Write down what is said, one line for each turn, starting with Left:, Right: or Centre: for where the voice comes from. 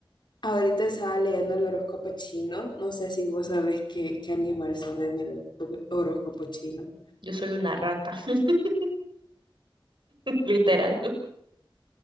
Left: ahorita estaba leyendo el horóscopo chino. No sé si vos sabés qué, qué animal sos en el horóscopo chino.
Right: yo soy una rata, <laughs> literal.